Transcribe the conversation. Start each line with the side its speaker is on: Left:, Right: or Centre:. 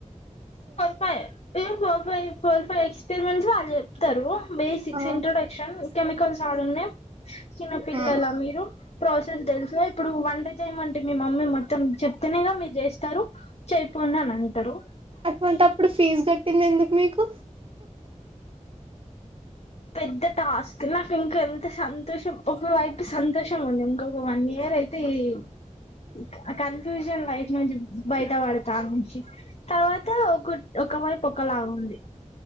Left: four five four five four five experiments వాళ్ళు చెప్తరు బేసిక్స్
Right: ఆ
Left: ఇంట్రడక్షన్ కెమికల్స్ ఆడున్ చిన్నపిల్లల
Right: ఆ
Left: మీరు ప్రాసెస్ తెలిసి ఇప్పుడు వన్డే చేయమంటే మీ మమ్మీ మొత్తం చెప్తేనేగా మీరు చేస్తారు చెయపోండి అని అంటరు
Right: అటువంటఅప్పుడు ఫీజు కట్టింది ఎందుకు మీకు
Left: పెద్ద టాస్క్ నాకు ఇంక అ సంతోషం ఒక వైపు సంతోషం ఉంది ఇంకొక వన్ ఇయర్ అయితే ఈ కన్ఫ్యూజన్ లైఫ్ నుంచి బయట పడు దానుంచి తర్వాత ఒక ఒక వైపు ఒకలాగ ఉంది